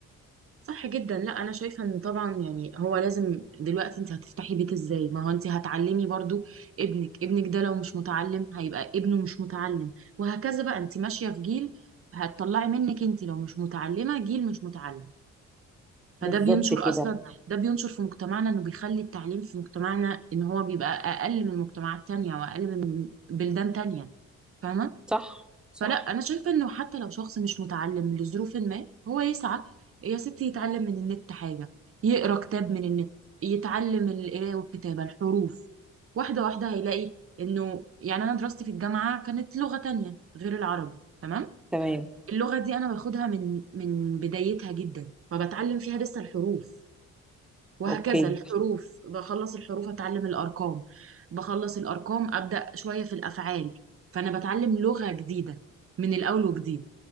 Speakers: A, on the right; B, in the centre.
A: صح جدا لا انا شايفه ان طبعا يعني هو لازم دلوقتي انت هتفتحي بيت ازاي ما هو انت هتعلمي برضو ابنك ابنك ده لو مش متعلم هيبقى ابنه مش متعلم وهكذا بقى انت ماشيه في جيل هتطلعي منك انت لو مش متعلمه جيل مش متعلم فده
B: بالظبط
A: بينشر
B: كده
A: اصلا ده بينشر في مجتمعنا انه بيخلي التعليم في مجتمعنا ان هو بيبقى اقل من مجتمعات تانية واقل من بلدان تانية فاهمه
B: صح صح
A: فلا انا شايفه انه حتى لو شخص مش متعلم لظروف ما هو يسعى يا ستي يتعلم من النت حاجه يقرا كتاب من النت يتعلم القرايه والكتابه الحروف واحده واحده هيلاقي انه يعني انا دراستي في الجامعه كانت لغه تانية غير العربي تمام
B: تمام
A: اللغه دي انا باخدها من من بدايتها جدا فبتعلم فيها لسه الحروف وهكذا
B: اوكي
A: الحروف بخلص الحروف اتعلم الارقام بخلص الارقام ابدا شويه في الافعال فانا بتعلم لغه جديده من الاول وجديد